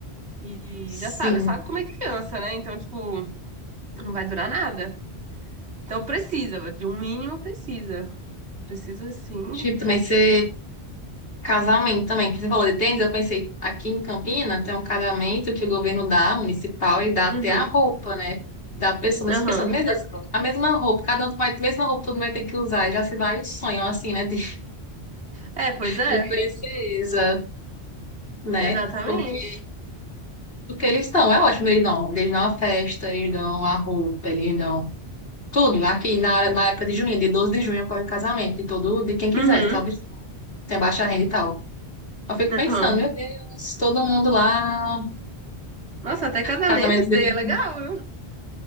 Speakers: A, on the right (about 80°); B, on the left (about 60°).
A: E
B: Sim.
A: já sabe, sabe como é criança, né? Então, tipo, não vai durar nada. Então precisa, de um mínimo precisa. Precisa sim.
B: Tipo, também você Casamento também, que você falou de tenda, eu pensei, aqui em Campina tem um casamento que o governo dá, municipal, e dá até
A: Uhum.
B: a roupa, né? Da pessoa, mas
A: Aham.
B: eu fico pensando, meu Deus, a mesma roupa, cada um vai, mesma roupa, todo mundo vai ter que usar, e já se vai o sonho, assim, né, de,
A: É, pois é,
B: de princesa, né?
A: exatamente.
B: Porque o que eles estão é ótimo, eles dão, eles dão a festa, eles dão a roupa, eles dão tudo. Aqui na, hora- na época de junho, de 12 de junho, ocorre o casamento, de todo, de quem quiser,
A: Uhum.
B: sabe? Tem baixa renda e tal. Eu fico
A: Aham.
B: pensando, meu Deus, todo mundo lá.
A: Nossa, até casamento
B: Casamento
A: esse
B: de
A: daí
B: bebê,
A: é legal, viu?